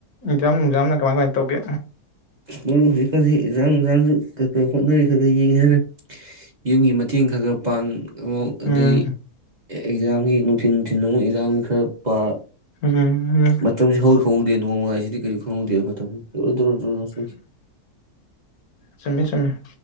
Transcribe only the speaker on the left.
ꯏꯛꯖꯥꯝ ꯅꯨꯡꯖꯤꯝꯅ ꯀꯃꯥꯏ ꯀꯃꯥꯏ ꯇꯧꯒꯦ?
ꯎꯝ
ꯎꯝ ꯎꯝ
ꯁꯃꯦ ꯁꯃꯦ